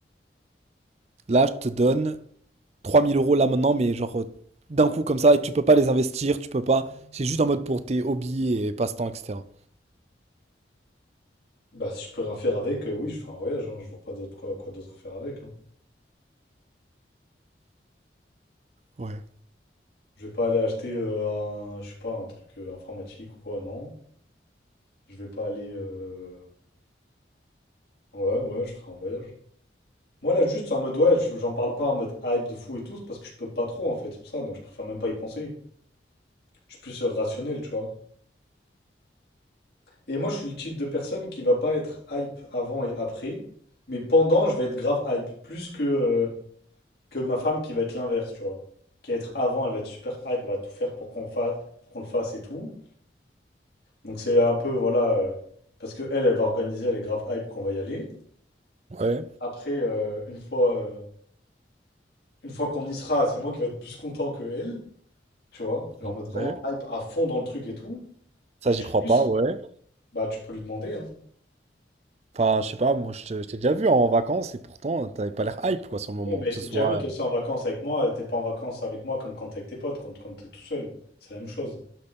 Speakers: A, on the right; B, on the left.
A: Là, je te donne 3000 euros là maintenant, mais genre euh, d'un coup comme ça, et tu peux pas les investir, tu peux pas. C'est juste en mode pour tes hobbies et passe-temps, etc.
B: Bah, si je peux rien faire avec, euh, oui, je fais un voyage, hein. Je vois pas d'autre quoi, quoi d'autre faire avec, hein.
A: Ouais.
B: Je vais pas aller acheter euh, un, je sais pas, un truc euh, informatique ou quoi, non. Je vais pas aller. euh, Ouais, ouais, je ferai un voyage. Moi là juste c'est en mode ouais, je- j'en parle pas en mode hype de fou et tout, parce que je peux pas trop en fait, c'est pour ça, donc je préfère même pas y penser. Je suis plus euh, rationnel, tu vois. Et moi je suis le type de personne qui va pas être hype avant et après, mais pendant je vais être grave hype, plus que, euh, que ma femme qui va être l'inverse, tu vois. Qui va être avant, elle va être super hype, elle va tout faire pour qu'on fasse, qu'on le fasse et tout. Donc c'est un peu, voilà, euh, parce que elle, elle va organiser, elle est grave hype qu'on va y aller.
A: Ouais,
B: Après, euh, une fois, euh, une fois qu'on y sera, c'est moi qui vais être plus content que elle. Tu vois? Genre
A: ouais.
B: en mode vraiment hype à fond dans le truc et tout.
A: Ça,
B: Parce
A: j'y
B: que
A: crois
B: en plus,
A: pas, ouais.
B: bah tu peux lui demander, hein.
A: Enfin, je sais pas, moi, je te- je t'ai déjà vu en vacances et pourtant, t'avais pas l'air hype, quoi, sur le moment.
B: Oui, mais
A: Que
B: je
A: ce
B: t'ai
A: soit.
B: déjà vu, toi
A: euh,
B: aussi en vacances avec moi, t'es pas en vacances avec moi comme quand t'es avec tes potes, quand, quand t'es tout seul. C'est la même chose.